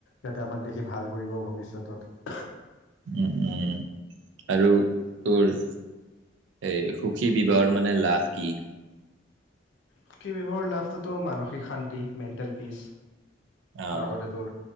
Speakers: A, on the left; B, on the right.
A: যাতে আমাক দেখি ভাল কৰিব ভৱিষ্যতত
B: উ উ আৰু তোৰ এইু সুখী বিৱৰ মানে লাভ কি
A: সুখী ব্যৱহৰ লাভটোতো মানসিক শান্তি মেণ্টেল পিছ
B: আহ
A: লগতে তোৰ